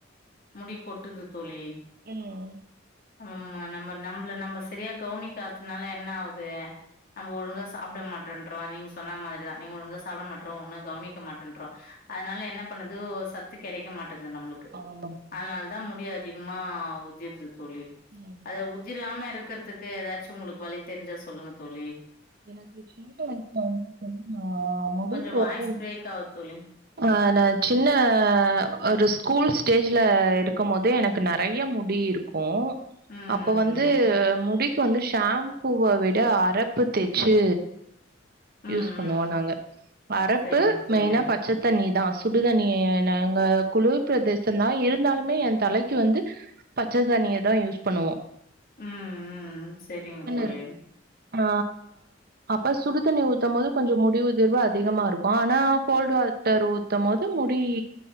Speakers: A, on the left; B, on the right.
A: முடி கொட்டுது தோழி
B: ம்
A: <unintelligible> நம்ப நம்ப்ள நம்ப சரியா கவ்னிக்காத்னால என்னா ஆவ்து நம்ம ஒழுங்கா சாப்டமாட்றந் ட்ருவா நீங் சொன்னா மாரி தா நீங்க ஒழுங்கா சாப்ட மாட்ற ஒன்னு கவ்னிக்க மாட்டன்றோ அதனால என்ன பண்ணது ஓ சத்து கெடைக்க மாட் டுது நம்புளுக்கு
B: ஆமா தோழி
A: அத்னால் தா முடியாத் திக்மா உதிர்து தோழி
B: ம்
A: அது உதிராம இருக் குற்துக்கு எதாச்சு உங்ளுக்கு வழி தெரிஞ்சா சொல்லுங்க தோழி
B: எனக்கு <unintelligible> முடிக்
A: கொஞ்சோ வாய்ஸ்
B: வந்து
A: பிரேக் ஆவுது தோழி
B: அ நா சின்ன ஒரு ஸ்கூல் ஸ்டேஜ்ல இருக்குமோது எனக்கு நறைய முடி இருக்கு
A: ம்
B: அப்ப வந்து
A: ம்
B: முடிக் கு வந்து ஷாம்புவ விட அரப்பு தேச்சு
A: ம்
B: யூஸ் பண்ணுவோ
A: ம்
B: நாங்க அரப்பு
A: செரிங்க தோழி
B: மெய்னா பச்சத் ணி தா சுடுதண்ணிய நாங்க குளிர் பிரதேசந்தா இருந்தாலுமே ஏ தலக்கு வந்து பச்ச தண்ணிய தா யூஸ் பண்ணுவோ
A: ம் ம் ம் செரிங் தோழி
B: இரு ஆ அப்ப சுடு தண்ணி ஊத்தமோது கொஞ்ச முடி உதிர்வு அதிகமா இருக்கு ஆனா கோல்டு வா டர் ஊத்தமோது முடி